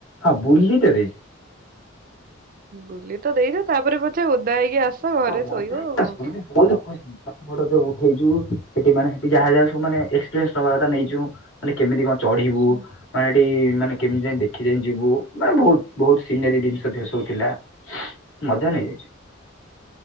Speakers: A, on the left; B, on the right.
A: ହଁ ବୁଲି ତ ଦେଇଛି।
B: ବୁଲି ତ ଦେଇଛ ତାପରେ ପଛେ ଓଦା ହେଇକି ଆସ ଘରେ
A: ହଁ
B: ଶୋଇବ
A: ବଧାୁ
B: ଆଉ କଣ।
A: ବହୁତ ଖୁସି <unintelligible> ପାଠ ପଢା ଜୋ ଉଠେଇଜୁ ସେଠି ମାନେ ସେଠି ଯାହା ଯାହା ସବୁ ମାନେ ଏକ୍ସପେରିଏନ୍ସ ନେବା କଥା ନେଇଚୁ। ମାନେ କେମିତି କଣ ଚଢିବୁ?
B: ହୁଁ।
A: ମାନେ ଏଠି ମାନେ କେମିତି ଯାଇ ଦେଖି ଚାହିଁ ଯିବୁ ମାନେ ବହୁତ ବହୁତ ସିନେରୀ ଜିନିଷ ସେଥିରେ ସବୁ ଥିଲା। ମଜା ନେଇଯାଇଛି।